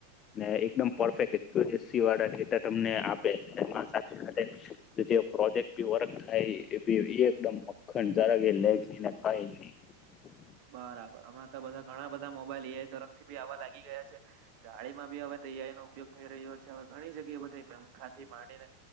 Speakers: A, on the left (about 30°); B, on the right (about 45°).
A: ને એકદમ પરફેક્ટ એક્યુરેસી વાળા ડેટા તમને આપે સાથે જે પ્રોજેક્ટી ભી વર્ક થાય <inaudible> <unintelligible>
B: બરાબર હમણાં તો બધા ઘણા બધા મોબાઈલ એ તરફથી બી આવા લાગી ગયા છે ગાડીમાં બી હવે તે આઈ નો ઉપયોગ થઈ રહ્યો છે ઘણી જગ્યાએ બધી પંખાથી માંડીને